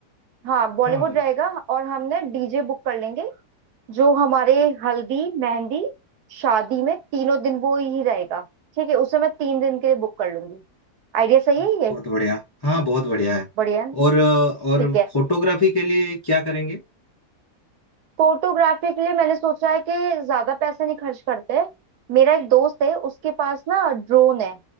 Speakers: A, on the right; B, on the left.
A: हाँ बॉलीवुड
B: हाँ
A: रहेगा और हमने डीजे बुक कर लेंगे जो हमारे हल्दी मेहंदी शादी में तीनों दिन वो ही रहेगा ठीक है उसे मैं तीन दिन के लिए बुक कर लूंगी आइडिया सही
B: बहुत
A: है ये
B: बढ़िया हाँ बहुत बढ़िया है
A: बढ़िया है।
B: और अ, और
A: ठीक है
B: फोटोग्राफी के लिए क्या करेंगे
A: फोटोग्राफी के लिए मैंने सोचा है कि ज्यादा पैसे नहीं खर्च करते मेरा एक दोस्त है उसके पास ना ड्रोन है